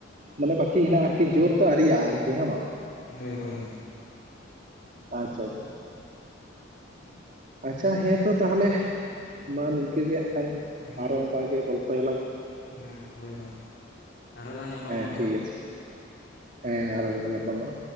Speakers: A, on the right; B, on the left.
A: ᱢᱟᱱᱮ ᱵᱟᱹᱠᱤ ᱦᱮᱱᱟᱜ-ᱟ ᱟᱨᱠᱤ ᱡᱳᱨ ᱫᱚ ᱟᱨᱤᱭᱟᱜ-ᱟ ᱟᱨᱠᱤ ᱦᱮᱸ ᱵᱟᱝ᱾
B: ᱦᱳᱭ ᱦᱳᱭ ᱦᱳᱭ᱾
A: ᱟᱪᱪᱷᱟ ᱟᱪᱷᱟ ᱪᱷᱟ᱾
B: ᱩᱸ᱾
A: ᱟᱪᱪᱷᱟ ᱦᱮᱸ ᱛᱚ ᱛᱟᱦᱚᱞᱮ ᱢᱟ ᱱᱤᱧᱠᱟᱹ ᱜᱮ ᱮᱠᱷᱟᱱ
B: ᱦᱩᱸ
A: ᱟᱨᱚ ᱚᱱᱠᱟ ᱜᱮ ᱜᱚᱞᱯᱷᱚᱭᱟᱞᱟᱝ
B: ᱦᱮᱸ ᱦᱳᱭ ᱦᱳᱭ ᱟᱨᱦᱚᱸ ᱞᱟᱝ ᱧᱟᱯᱟᱢᱚᱜᱼᱟ
A: ᱦᱮᱸ ᱴᱷᱤᱠ
B: ᱦᱟᱸᱜ
A: ᱟᱪᱷᱮ ᱦᱮᱸ ᱟᱨᱦᱚ ᱞᱟᱝ ᱧᱟᱯᱟᱢᱚᱜᱼᱟ